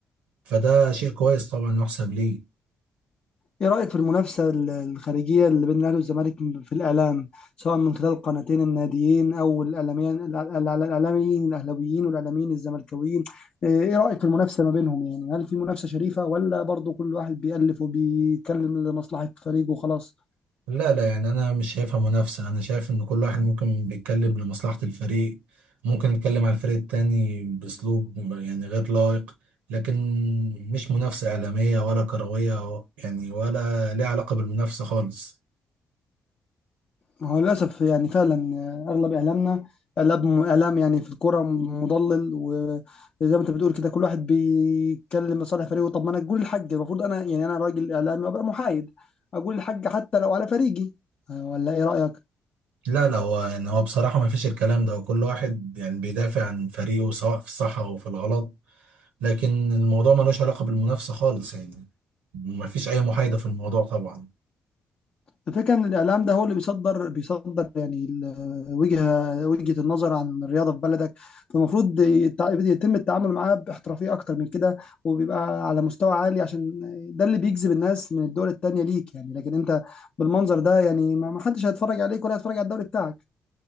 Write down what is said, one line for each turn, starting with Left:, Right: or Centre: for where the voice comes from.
Right: فده شيء كويس طبعا يحسب ليه
Left: ايه رايك في المنافسه ال- الخارجيه اللي بين الاهلي والزمالك في الاعلام سواء من خلال القناتين الناديين او الاعلاميين الإع- الإع- الاعلاميين الاهلاويين والاعلاميين الزملكاويين ايه رايك في المنافسه ما بينهم يعني هل في منافسه شريفه ولا برضو كل واحد بيألف وبيتكلم لمصلحه فريقه وخلاص
Right: لا لا يعني انا مش شايفها منافسه انا شايف ان كل واحد ممكن بيتكلم لمصلحه الفريق ممكن يتكلم على الفريق التاني باسلوب يعني غير لائق لكن مش منافسه اعلاميه ولا كرويه يعني ولا ليها علاقه بالمنافسه خالص
Left: ما هو للأسف يعني فعلا آه، أغلب إعلامنا إعلام إعلام يعني في الكرة مضلل وزي ما أنت بتقول كده كل واحد بيتكلم لصالح فريقه طب ما أنا أقول الحق المفروض أنا يعني أنا راجل إعلامي وأبقى محايد أقول الحق حتى لو على فريقي آه، ولا إيه رأيك؟
Right: لا لا هو يعني هو بصراحه ما فيش الكلام ده وكل واحد يعني بيدافع عن فريقه سواء في الصح او في الغلط لكن الموضوع ملوش علاقه بالمنافسه خالص يعني ما فيش اي محايده في الموضوع طبعا
Left: الفكرة إن الإعلام ده هو اللي بيصدر بيصدر يعني ال- وجهة وجهة النظر عن الرياضة في بلدك فالمفروض يتع- يتم التعامل معاه باحترافية أكتر من كده وبيبقى على مستوى عالي عشان ده اللي بيجذب الناس من الدول التانية ليك يعني لكن أنت بالمنظر ده يعني ما ما حدش هيتفرج عليك ولا هيتفرج على الدوري بتاعك